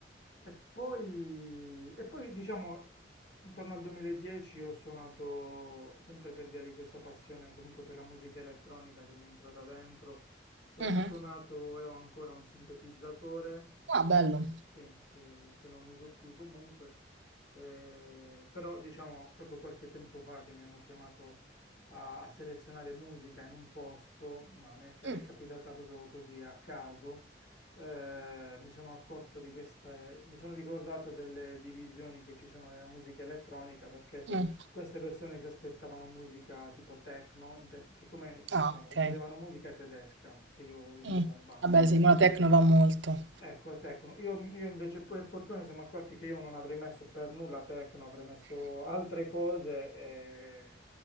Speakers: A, on the left; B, on the right.
A: e poi, e poi diciamo intorno al 2010 ho suonato sempre per via di questa passione comunque per la musica elettronica che mi è entrata dentro, so-
B: Mhm.
A: ho suonato e ho ancora un sintetizzatore
B: Ah, bello.
A: sì, che, che non uso più comunque, eh, però diciamo proprio qualche tempo fa che mi hanno chiamato a, a selezionare musica in un posto, ma mi è, ca- è
B: Mm,
A: capitata proprio così a caso, eh, mi sono accorto di queste, mi sono ricordato delle divisioni che ci sono nella musica elettronica perché
B: mm.
A: queste persone si aspettavano musica tipo techno, inten- siccome diciamo,
B: Ah, ok.
A: volevano musica tedesca, che io diciamo
B: Mm.
A: bazzico.
B: Vabbè, sì, ma la techno va molto.
A: Ecco, Tecno. Io, io invece, per fortuna, ci siamo accorti che io non avrei messo per nulla Tecno, avrei messo altre cose e